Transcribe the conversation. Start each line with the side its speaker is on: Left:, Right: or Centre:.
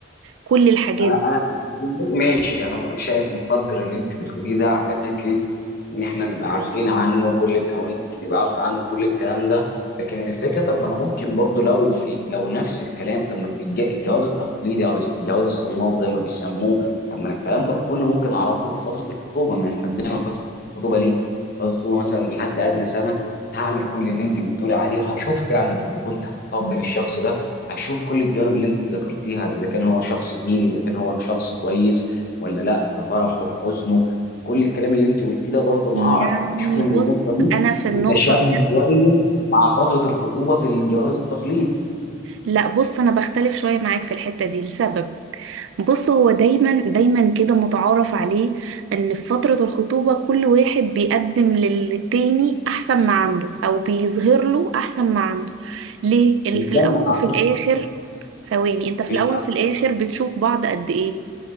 Right: كل الحاجات
Left: انا انا ماشي انا شايف مقدر اللي انت بتقوليه ده على فكره ان احنا نبقى عارفين عنه كل ال- او انت تبقى عارفه عنه كل الكلام ده لكن الفكره طب ما انا ممكن برضو لو لو نفس الكلام طب ما في الج- الجواز التقليدي او جواز الصالونات زي ما بيسموه طب ما أنا الكلام ده كله ممكن اعرفه في فتره الخطوبه ما احنا بنعمل فتره الخطوبه ليه؟ فتره الخطوبه مثلا لحد ادنى سنه هعمل كل اللي انت بتقولي عليه وهشوف فعلا اذا كنت هتقبل الشخص ده هشوف كل الجوانب اللي انت ذكرتيها اذا كان هو شخص ديني اذا كان هو شخص كويس ولا لا في فرحه في حزنه في كل الكلام اللي انت قلتيه ده برضه انا
Right: دي
Left: هعرف يعني
Right: يعني
Left: اشوف ان
Right: بص
Left: النقطه دي
Right: انا في
Left: متشابهه
Right: النقطه دي
Left: شويه مع فتره الخطوبه في الجواز التقليدي
Right: لا بص انا بختلف شويه معاك في الحته دي لسبب بص هو دايما دايما كده متعارف عليه ان في فتره الخطوبه كل واحد بيقدم للتاني احسن ما عنده او بيظهر له احسن ما عنده ليه اللي
Left: مش
Right: في
Left: دايما
Right: الاول
Left: على
Right: وفي الاخر ثواني انت في
Left: فكره
Right: الاول وفي الاخر بتشوف بعض قد ايه